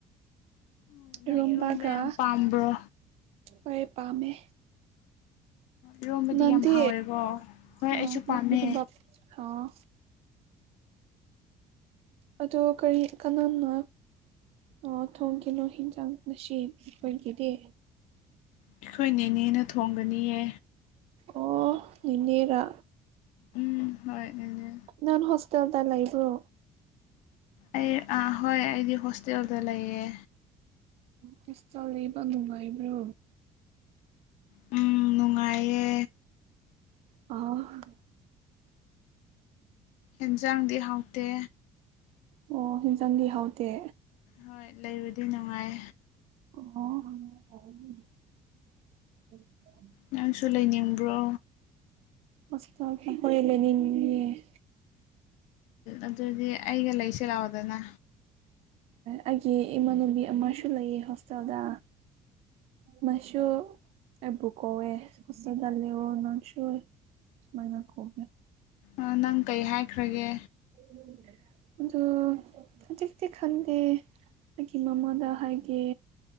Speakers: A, on the left; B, on the right.
A: ꯑꯣ ꯅꯪ
B: ꯏꯔꯣꯝꯕꯒ
A: ꯏꯔꯣꯝꯕ ꯌꯥꯝ ꯄꯥꯝꯕ꯭ꯔꯣ
B: ꯍꯣꯏ ꯄꯥꯝꯃꯦ
A: ꯏꯔꯣꯝꯕꯗꯤ
B: ꯅꯡꯗꯤ
A: ꯌꯥꯝ ꯍꯥꯎꯋꯦꯀꯣ ꯍꯣꯏ
B: ꯑꯣ
A: ꯑꯩꯁꯨ
B: ꯅꯪ
A: ꯄꯥꯝꯃꯦ
B: ꯏꯔꯨꯝꯕ ꯑꯣ ꯑꯗꯣ ꯀꯔꯤ ꯀꯅꯥꯅꯣ ꯑꯣ ꯊꯣꯡꯈꯤꯅꯨ ꯍꯤꯟꯖꯥꯡ ꯉꯁꯤ ꯑꯩꯈꯣꯏꯒꯤꯗꯤ
A: ꯑꯩꯈꯣꯏ ꯅꯦꯅꯦꯅ ꯊꯣꯡꯒꯅꯤꯌꯦ
B: ꯑꯣ ꯅꯦꯅꯦꯔꯥ
A: ꯎꯝ ꯍꯣꯏ ꯅꯦꯅꯦ
B: ꯅꯪ ꯍꯣꯁꯇꯦꯜꯗ ꯂꯩꯕ꯭ꯔꯣ
A: ꯑꯩ ꯑ ꯍꯣꯏ ꯑꯩꯗꯤ ꯍꯣꯁꯇꯦꯜꯗ ꯂꯩꯌꯦ
B: ꯍꯣꯁꯇꯦꯜ ꯂꯩꯕ ꯅꯨꯡꯉꯥꯏꯕ꯭ꯔꯣ
A: ꯎꯝ ꯅꯨꯡꯉꯥꯏꯌꯦ
B: ꯑ
A: ꯑꯦꯟꯖꯥꯡꯗꯤ ꯍꯥꯎꯇꯦ
B: ꯑꯣ ꯍꯤꯟꯖꯥꯡꯗꯤ ꯍꯥꯎꯇꯦ
A: ꯍꯣꯏ ꯂꯩꯕꯗꯤ ꯅꯨꯡꯉꯥꯏ
B: ꯑꯣ
A: ꯅꯪꯁꯨ ꯂꯩꯅꯤꯡꯕ꯭ꯔꯣ꯫
B: ꯑꯁ ꯍꯣꯏ ꯂꯩꯅꯤꯡꯉꯤꯅꯤꯅꯦ
A: ꯑꯗꯨꯗꯤ ꯑꯩꯒ ꯂꯩꯁꯤ ꯂꯥꯛꯑꯣꯗꯅ꯫
B: ꯑꯩꯒꯤ ꯏꯃꯥꯅꯟꯅꯕꯤ ꯑꯃꯁꯨ ꯂꯩꯌꯦ ꯍꯣꯁꯇꯦꯜꯗ ꯃꯥꯁꯨ ꯑꯩꯕꯨ ꯀꯧꯋꯦ ꯑꯁꯤꯗ ꯂꯩꯌꯣ ꯅꯪꯁꯨ ꯃꯥꯏꯅ ꯈꯣꯒꯦ
A: ꯑ ꯅꯪ ꯀꯩ ꯍꯥꯏꯈ꯭ꯔꯒꯦ
B: ꯎꯝ ꯑꯗꯨ ꯍꯧꯖꯤꯛꯇꯤ ꯈꯪꯗꯦ ꯑꯩꯒꯤ ꯃꯃꯥꯗ ꯍꯥꯏꯒꯦ